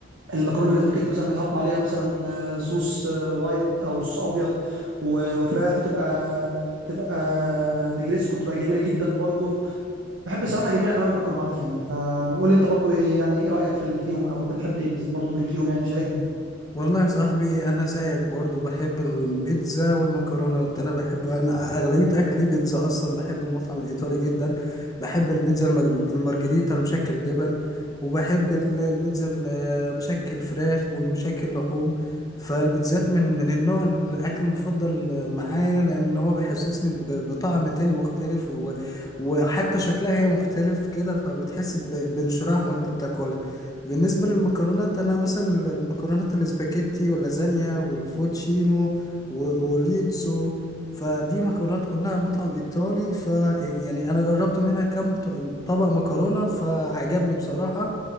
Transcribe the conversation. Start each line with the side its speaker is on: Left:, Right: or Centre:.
Right: المكرونه الاسباجيتي مثلا بتحط عليها مثلا آه، صوص آه، وايت او صوص ابيض و- وفراخ وتبقى تبقى نجريسكو بتبقى جميله جدا برضو بحب الصراحه جميع انواع المكرونات يعني فقول لي انت برضو ايه يعني ايه رايك في ال- فيهم او انت بتحب ايه بس- برضو بي- فيهم يعني شاركني
Left: والله يا صاحبي انا زيك برضو بحب البيتزا والمكرونات انا بحبها انا اغلبيه اكلي بيتزا اصلا بحب المطعم الايطالي جدا بحب البيتزا المج- المارجريتا المشكل جبن وبحب ال- البيتزا المشكل فراخ والمشكل لحوم فالبيتزات من من النوع الاكل المفضل معايا لان هو بيحسسني ب- بطعم تاني مختلف و- وحتى شكلها هي مختلف كده فبتحس ب- بانشراح وانت بتاكلها بالنسبة للمكرونات أنا مثلا ال- المكرونات الاسباجيتي واللازانيا والفوتشينو و- والريتزو فدي مكرونات كلها مطعم إيطالي ف يعني أنا جربت منها كم ط- طبق مكرونة فعجبني بصراحة